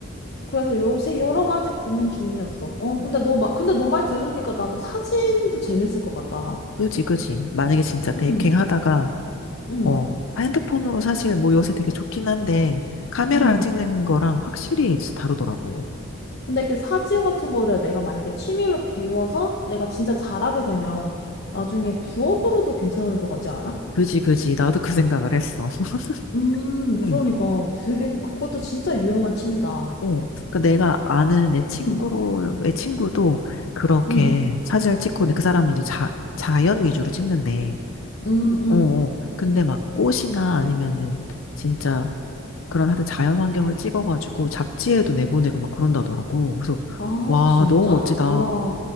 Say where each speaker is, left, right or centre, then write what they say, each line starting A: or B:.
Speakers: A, on the left; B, on the left.
A: 그래서 요새 여러 가지 고민 중이었어. 어, 근데 너 말, 근데 너 말 들으니까 나도 사진도 재밌을 것 같다.
B: 그지, 그지. 만약에 진짜 베이킹
A: 응,
B: 하다가,
A: 응,
B: 어, 핸드폰으로 사실 뭐 요새 되게 좋긴 한데, 카메라랑
A: 응.
B: 찍는 거랑 확실히 진짜 다르더라고.
A: 근데 이게 사진 같은 거를 내가 만약에 취미로 배워서 내가 진짜 잘하게 되면 나중에 부업으로도 괜찮을 것 같지 않아?
B: 그지, 그지. 나도 그 생각을 했어. <laughs>
A: 음,
B: 응,
A: 그러니까 되게 그것도 진짜 유용한 취미다.
B: 어, 그 내가 아는 내 친구의
A: 응,
B: 친구도 그렇게
A: 응,
B: 사진을 찍고, 근데 그 사람은 이제 자, 자연 위주로 찍는데,
A: 응, 응.
B: 어, 어. 근데 막 꽃이나 아니면은 진짜 그런 하여튼 자연 환경을 찍어가지고 잡지에도 내보내고 막 그런다더라고. 그래서,
A: 아,
B: 와,
A: 진짜?
B: 너무 멋지다.
A: 와,